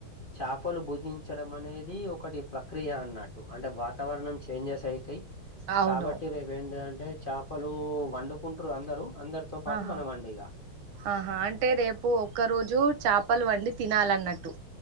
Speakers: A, on the left (about 35°); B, on the right (about 80°).
A: చాపలు భుజించడం అనేది ఒకటి ప్రక్రియ అన్నట్టు అంటే వాతావరణం చేంజెస్ అయితయ్
B: అవును
A: కాబట్టి రేపు ఏంటిది అంటే చాపలు వండుకుంటరు అందరు అందరితో పాటు
B: ఆహా
A: మనం అండిగా
B: ఆహా అంటే రేపు ఒక్క రోజు చాపలు వండి తినాలన్నట్టు